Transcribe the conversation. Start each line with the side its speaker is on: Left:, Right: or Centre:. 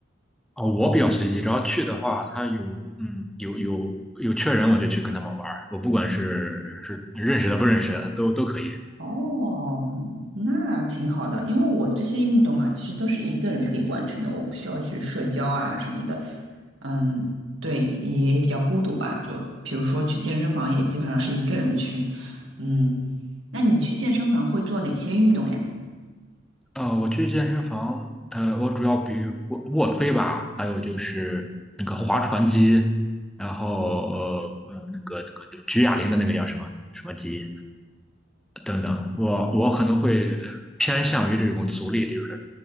Centre: 哦，我比较随机，只要去的话，他有嗯有有有缺人，我就去跟他们玩儿，我不管是是认识的不认识的，都都可以。
Right: 哦，那挺好的，因为我这些运动嘛，其实都是一个人可以完成的，我不需要去社交啊什么的。嗯，对，也比较孤独吧。就比如说去健身房，也基本上是一个人去。嗯，那你去健身房会做哪些运动呀？
Centre: 呃，我去健身房，呃，我主要比卧卧推吧，还有就是那个划船机，然后呃呃那个那个举哑铃的那个叫什么什么机等等，我我可能会呃偏向于这种阻力，就是